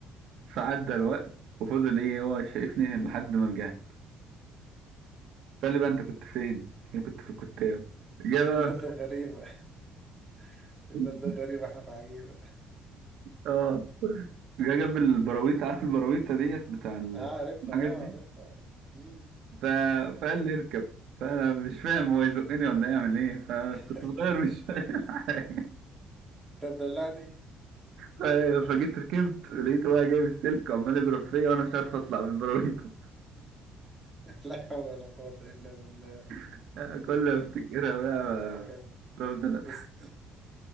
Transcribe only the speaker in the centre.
الواد ده غريبة <laughs> الواد
ده غريبة احنا في عجيبة
اه عارفها
اه
عارفها مم.
<laughs>
انت تدلعني
<laughs> لا حول ولا قوة إلا بالله
يعني كانت
بس